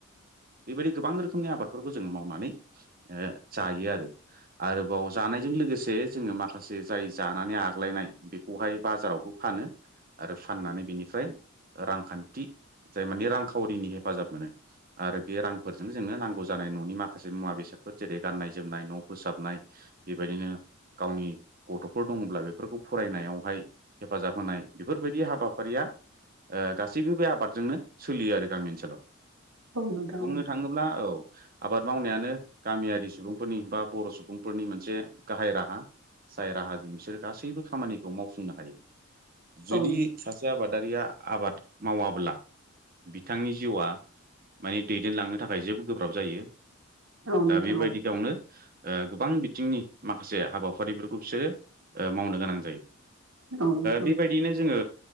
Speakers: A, on the right; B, on the right.
A: बेबायदि गोबां रोखोमनि आबादफोरखौ जोंङो मावनानै जायो आरो आरोबाव जों जानायजों लोगोसे जोंङो माखासे जाय जानानै आग लायनाय बेखौहाय बाजारावबो फानो आरो फाननानै बेनिफ्राय रांखान्थि जाय माने रांखावरिनि हेफाजाब मोनो आरो बे रांफोरजों जोंनो नांगौ जानाय न'नि माखासे मुवा बेसाद जेरै गाननाय जोमनाय न' फोसाबनाय बेबायदिनो गावनि गथ'फोर दंङोब्ला बेफोरखौ फरायनायावहाय हेफाजाब होनाय बेफोरबायदि हाबाफारिया गासैबो बे आबादजोंनो सोलियो आरो गामि ओनसोलाव
B: औ नोंथां
A: बुंनो
B: औ
A: थांङोब्ला औ आबाद मावनायानो गामियारि सुबुंफोरनि बा बर' सुबुंफोरनि मोनसे गाहाय राहा जाय राहाजों बिसोरो गासैबो खामानिखौ मावफुंनो हायो। जुदि
B: औ
A: सासे आबादारिया आबाद मावाब्ला बिथांनि जिउआ माने दैदेनलांनो थाखाय जेबो गोब्राब जायो।
B: नोंथां
A: दा बेबायदि गावनो गोबां बिथिंनि माखासे हाबाफारिफोरखौ बिसोरो मावनो गोनां जायो।
B: औ नोंथां औ नोंथां
A: बेबायदिनो जोंङो